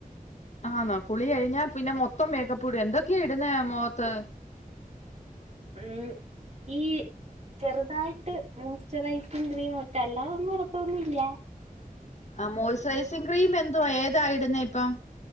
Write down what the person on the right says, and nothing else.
ഉം, ഈ. ചെറുതായിട്ട് മോസ്ചറൈസിക്രീമക്കെ അല്ലാതെന്നുടാത്തോന്നുല്ല